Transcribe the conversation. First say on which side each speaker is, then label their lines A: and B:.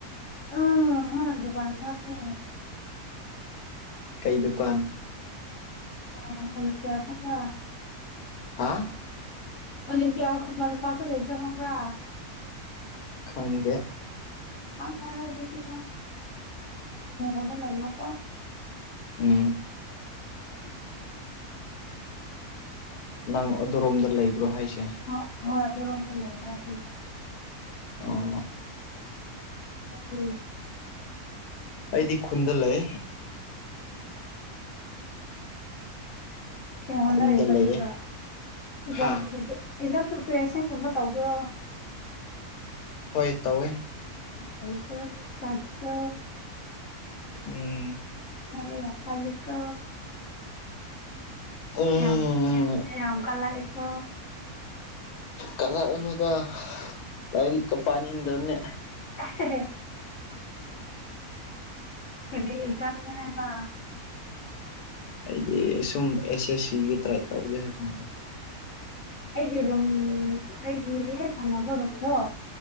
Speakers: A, on the left (about 65°); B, on the left (about 85°).
A: ꯑꯥ ꯍꯥ ꯗꯨꯀꯥꯟ ꯐꯝꯃꯦ
B: ꯀꯩ ꯗꯨꯀꯥꯟ
A: <unintelligible>
B: ꯍꯥ
A: ꯑꯣꯂꯦꯝ ꯄꯤꯌꯥ ꯈꯨꯃꯟ ꯂꯝꯄꯥꯛꯇ ꯂꯩꯕꯗꯣ ꯈꯪꯕ꯭ꯔꯥ
B: ꯈꯪꯗꯦ
A: ꯈꯪꯉꯔꯣꯏ ꯑꯗꯨꯗꯤ ꯅꯪ ꯀꯣꯡꯕꯗ ꯂꯩꯔꯣꯀꯣ
B: ꯎꯝ
A: ꯎꯝ
B: ꯅꯪ ꯑꯗꯨꯔꯣꯝꯗ ꯂꯩꯕ꯭ꯔꯣ ꯍꯥꯏꯁꯦ
A: ꯍꯣꯢ ꯍꯣꯏ ꯑꯗꯨꯔꯣꯝꯗ ꯂꯩꯕꯔꯥ ꯑꯈꯣꯢꯁꯦ
B: ꯑꯣ
A: ꯎꯝ
B: ꯑꯩꯗꯤ ꯈꯨꯟꯗ ꯂꯩ
A: ꯀꯩ ꯍꯣꯠꯅꯔꯤꯕ
B: ꯈꯨꯟꯗ ꯂꯩꯌꯦ
A: ꯑꯗꯨꯗ ꯑꯦꯛꯖꯥꯝ
B: ꯍꯥ
A: ꯑꯦꯛꯖꯥꯝ ꯄ꯭ꯔꯤꯄꯦꯔꯦꯁꯟꯒꯨꯝꯕ ꯇꯧꯕ꯭ꯔꯣ
B: ꯍꯣꯏ ꯇꯧꯋꯦ
A: ꯌꯥꯝ ꯅꯩꯀꯣ ꯃꯤ ꯃꯆꯥꯗꯤꯀꯣ
B: ꯎꯝ
A: ꯍꯣꯠꯅꯕ ꯌꯥꯝ ꯀꯜꯂꯤꯀꯣ
B: ꯎꯝ
A: ꯌꯥꯝ ꯌꯥꯝ ꯀꯜꯂꯛꯢꯀꯣ
B: ꯀꯂꯛꯎꯅꯨꯗ ꯂꯥꯏꯔꯤꯛꯀ ꯄꯥꯅꯤꯡꯗꯝꯅꯦ
A: ꯍꯦ ꯍꯦ ꯀꯔꯤ ꯑꯦꯛꯖꯥꯝꯅꯦ ꯍꯥꯢꯕ
B: ꯑꯩꯗꯤ ꯁꯨꯝ ꯑꯦꯁ ꯑꯦꯁ ꯁꯤꯒꯤ ꯇ꯭ꯔꯥꯏ ꯇꯧꯒꯦ ꯍꯥꯢꯕꯅꯤꯗ
A: ꯑꯩꯒꯤ ꯔꯨꯝ ꯑꯩꯒꯤ ꯍꯦꯛ ꯊꯥꯡꯅꯕ ꯔꯨꯝꯗꯣ